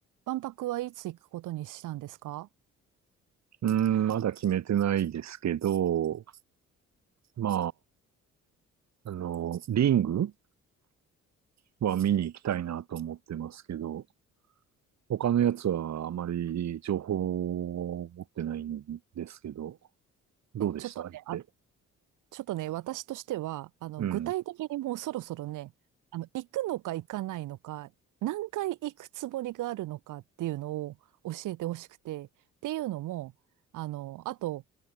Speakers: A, on the right; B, on the right.
A: 万博はいつ行くことにしたんですか
B: うーん、まだ決めてないですけど、まあ、あの、リングは見に行きたいなと思ってますけど、他のやつはあまり情報を持ってないんですけど、どうでした相手。
A: え、ちょっとね、あ、ちょっとね、私としては、あの、
B: うん。
A: 具体的にもうそろそろね、あの、行くのか行かないのか、何回行くつもりがあるのかっていうのを教えてほしくて、っていうのも、あの、あと、